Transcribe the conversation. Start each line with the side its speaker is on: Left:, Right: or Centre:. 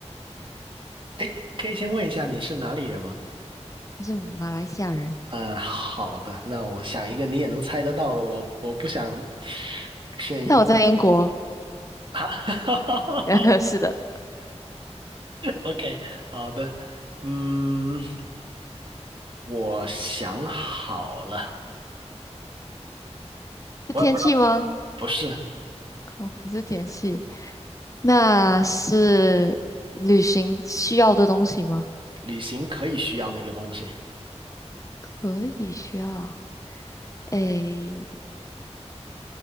Right: 哎，可以先问一下你是哪里人吗？
Left: 就是马来西亚人，
Right: 嗯，好的，那我想一个你也能猜得到的，我我不想选一个。
Left: 但我在英国，
Right: <laughs>
Left: <laughs> 是的。
Right: OK，好的，嗯。我想好了，
Left: 是天气吗？
Right: 我也不知道，不是，
Left: <laughs> 好，不是天气，那是旅行需要的东西吗？
Right: 旅行可以需要那个东西。
Left: 可以需要。诶，